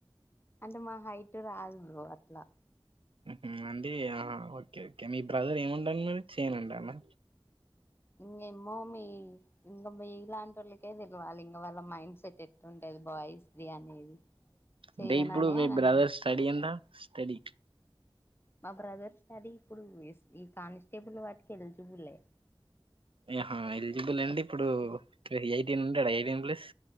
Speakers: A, on the left; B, on the right.
A: అంటే మా హైట్ రాద్ బ్రో అ అట్లా.
B: ఉమ్ అండి. ఓకే ఓకే మీ బ్రదర్ ఏమంటుండు మరి చేయనంటుండా.
A: ఇంకా ఏమో మీ ఇంకా మీలాంటి వాళ్ళకే తెలియాలి. ఇంకా వాళ్ళ మైండ్ సెట్ ఎట్. ఉంటది బాయ్స్ది అనేది
B: అంటే
A: చెయనానే
B: ఇప్పుడు మీ బ్రదర్
A: అన్
B: స్టడీ ఎంత స్టడీ.
A: బ్రదర్ స్టడీ ఇప్పుడు ఈ కానిస్టేబుల్ వాటికి ఎలిజిబులే.
B: ఆహ్ ఎలిజిబులే అండి ఇప్పుడు ఎయిటీన్ ఉంటాడా ఎయిటీన్ ప్లస్.